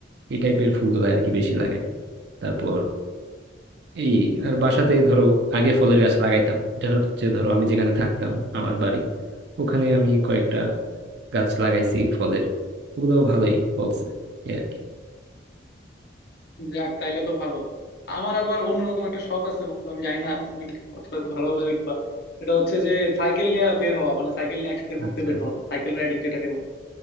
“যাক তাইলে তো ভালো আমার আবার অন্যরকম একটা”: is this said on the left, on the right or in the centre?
Left